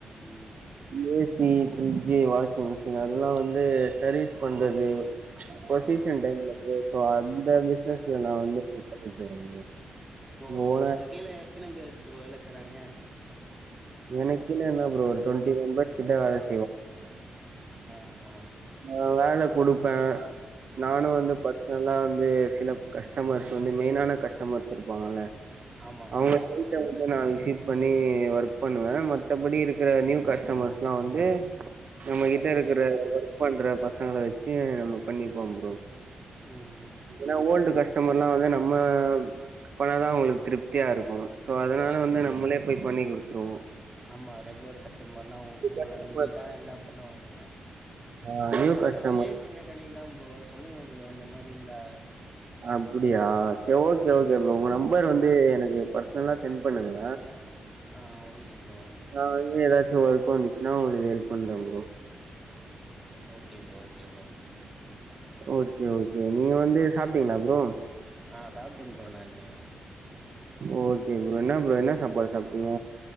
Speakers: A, in the centre; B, on the right.
A: ம்
B: ம் சி ஃபிரிட்ஜு வாஷிங் மிஷினு அதெல்லா வந்து சர்வீஸ் பண்றது இப்போ
A: ஆ
B: சீசன்
A: ஆ
B: டைம்ல ப்ரோ சோ அந்த பிசினஸ்ல நா வந்து பண்ணிட்ருக்கே ப்ரோ
A: இப்போ
B: இங்க ஓனா
A: உங்க கீழே எத்தன பேர் ப்ரோ வேல செய்றாங்கே
B: எனக் கீழ என்னா ப்ரோ ஒரு டொண்ட்டி மெம்பர்ஸ் கிட்ட வேல செய்வா
A: ஆ ஹ
B: நா வேல குடுப்பே நானு
A: ஆ
B: வந்து பாத் ப நா வந்து சில கஸ்டமர்ஸ் வந்து மெயினான கஸ்டமர்ஸ் இருப்பாங்கல்ல
A: ஆமா
B: அவங்கள
A: ப்ரோ
B: போய் <unintelligible> நா விசிட் பண்ணி ஒர்க் பண்ணுவ மத்தபடி இருக்கிற நியூ கஸ்டமர்ஸ்ல்லா வந்து நம்மகிட்ட
A: பசங்கள
B: இருக்கிற
A: வச்சு
B: ஒர்க் பண்ற பசங்கள வச்சு நம்ம பண்ணிப்போம் ப்ரோ
A: ம்
B: ஏன்னா ஓல்டு கஸ்டமர் எல்லா வந்து நம்ம பண்ணாதா உங்களுக்கு திருப்தியா இருக்கு சோ அதனால வந்து நம்மளே போய் பண்ணி குடுத்ருவோ
A: ஆமா ரெகுலர் கஸ்டமர்னா உங்கள
B: கஸ்டமர்
A: நம்பிதா எல்லா பண்ணுவாங்க
B: ஆ நியூ
A: நானு
B: கஸ்டமர்
A: ஏசி மெக்கானிக் தா ப்ரோ சொல்லுங்க ப்ரோ அந்த மாரிந்தா
B: அப்புடியா சேரி ஓகே ஓகே ப்ரோ உங்க நம்பர் வந்து எனக்கு பர்சனலா சென்ட் பண்ணுங்க
A: ஆ ஓகே ப்ரோ
B: நா வந்து ஏதாச்சு ஒர்க் வந்துச்சுன்னா உங்களுக்கு ஹெல்ப் பண்றன்ங் bro
A: okay bro okay bro
B: okay okay நீங்க வந்து சாப்ட்டீங்கா அப்றோ
A: ஆ சாப்ட்டம் ப்ரோ நானு
B: ஓகே ப்ரோ என்ன ப்ரோ என்ன சாப்பாடு சாப்ட்டீங்க